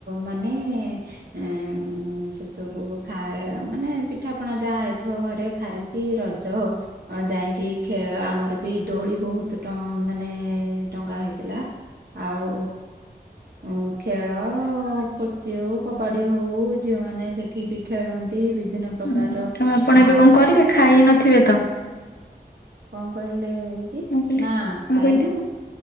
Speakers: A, on the right; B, on the left.
A: ମାନେ ଏଁ ସେସବୁ ଖାଏ ମାନେ ପିଠାପଣା ଯାହା ହେଇଥିବ ଘରେ ଖାଇ କି ରଜ। ଅ ଯାଇକି ଖେଳ ଆମର ବି ଦୋଳି ବହୁତ ମାନେ ଟଙ୍କା ହେଇଥିଲା। ଆଉ ଅ ଖେଳ ପୋଚି ହଉ କବାଡି ହଉ, ଝିଅ ମାନ ସେଠିକି ବି ଖେଳନ୍ତି ବିଭିନ୍ନ। ପ୍ରକାର
B: ହୁଁ ତ ଆପଣ
A: ଅ
B: ଏବେ କଣ କରିବେ, ଖାଇ ନଥିବେ ତ?
A: କଣ କହିଲେ ଏମିତି
B: ମୁଁ କହିଲି
A: ନା
B: ମୁଁ
A: ଖାଇନୁ।
B: କହିଲି